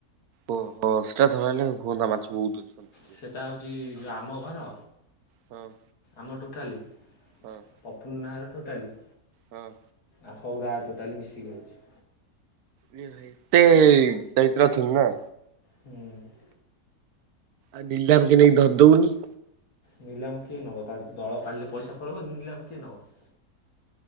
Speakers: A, on the right; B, on the left.
A: ଓହୋ, ସେଇଟା ଧରଲେ ହୁଅନ୍ତା, ମାଛ ବହୁତ ଅଛନ୍ତି।
B: ସେଟା ହେଉଛି ଯେଉଁ ଆମ ଘର
A: କହ
B: ଆମର ଟୋଟାଲି
A: ହଁ ଅଁ
B: ପପୁନନା ଘର ଟୋଟାଲି।
A: ହଁ ଅଁ
B: ଆଉ <unintelligible> ତାହାଲେ ମିଶିକି ହୋଉଛି।
A: ରେ ଭାଇ ଏତେ ଅଛନ୍ତି ନା?
B: ହୁଁ ଉଁ
A: ଆଉ <unintelligible> ଦଉନି।
B: ନିଲାମ କିଏ ନେବ, ତା ଦଳ କାଢ଼ିଲେ ପଇସା ପାଇବ ନିଲାମ କିଏ ନବ?